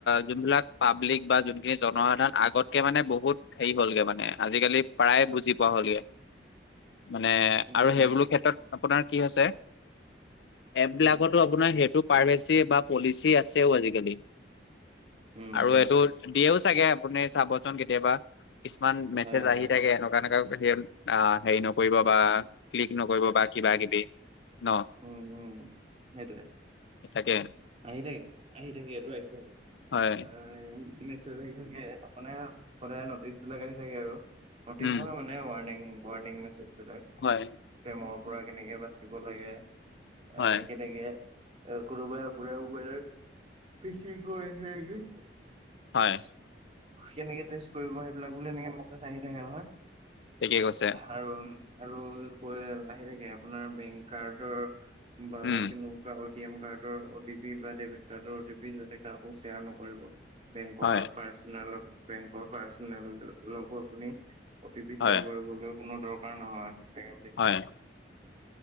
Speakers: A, on the left (about 65°); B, on the right (about 35°).
A: যোনবিলাক পাব্লিক বা যোনখিনি জনসাধাৰণ আগতকে মানে, বহুত হেৰি হ'লগে মানে আজিকালি প্ৰায়ে বুজি পোৱা হ'লগে। মানে,
B: উম
A: আৰু সেইবোৰো ক্ষেত্ৰত আপোনাৰ কি হৈছে? এপ বিলাকতো
B: হয়
A: আপোনাৰ সেইটো প্ৰাইভেচি বা পলিচি আছেও আজিকালি।
B: উম
A: আৰু
B: উম
A: এইটো দিয়েও চাগে আপুনি চাবচোন কেতিয়াবা। ইমান মেছেজ
B: হয় হয়
A: আহি
B: হয়।
A: থাকে, এনেকুৱা এনেকুৱা হেই আ, হেৰি নকৰিব বা ক্লিক নকৰিব বা কিবা কিবি। ন
B: উম, উম সেইটোয়ে
A: তাকে
B: আহি থাকে, আহি থাকে সেইটো আহি থাকে।
A: হয়
B: আহ, মেছেজ আহি থাকে, মানে সদায় নটিচ বিলাক আহি থাকে আৰু। নটিছ
A: উম
B: নহয় মানে ৱণিং ৱৰ্ণিং মেছেজবিলাক।
A: হয়
B: স্কেমৰ পৰা কেনেকে বাচিব লাগে? <unintelligible>
A: হয়
B: কেনেকে? এ, কোনোবাই আপোনাৰ মোবাইলত পিচি <unintelligible>
A: হয়।
B: কেনেকে টেষ্ট কৰিব, সেইবিলাক বুলি এনেকে মেচেজ আহি থাকে নহয়,
A: ঠিকেই কৈছে
B: আৰু আৰু, কৈ আহি থাকে আপোনাৰ বেংক কাৰ্ডৰ বা
A: উম
B: কে অটি এম কাৰ্ডৰ অটি পি বা ডেবিট কাৰ অটি পি যাতে কাকো শ্বেয়াৰ নকৰিব। বেংকৰ
A: হয়
B: পাৰ্চনেল, বেংকৰ পাৰ্চনেল লক অ আপুনি অ টি পি
A: হয়
B: শ্বেয়াৰ কৰিবলৈ কোনো দৰকাৰ নহয়। এনেকে <inaudible>
A: <inaudible>